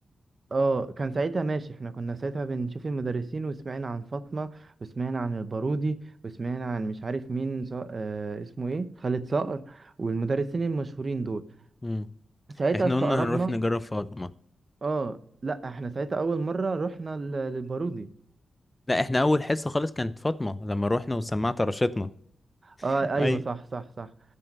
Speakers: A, on the right; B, on the left.
A: اه كان ساعتها ماشي احنا كنا ساعتها بنشوف المدرسين وسمعنا عن فاطمة وسمعنا عن البارودي وسمعنا عن مش عارف مين ص... آه اسمه ايه خالد صقر والمدرسين المشهورين دول
B: مم.
A: ساعتها
B: إحنا
A: استقربنا
B: قلنا هنروح نجرب فاطمة
A: اه لا احنا ساعتها اول مرة رحنا لل- للبارودي
B: لا احنا اول حصه خالص كانت فاطمه لما روحنا وسمعت رشتنا
A: اه ايوه
B: اي
A: صح صح صح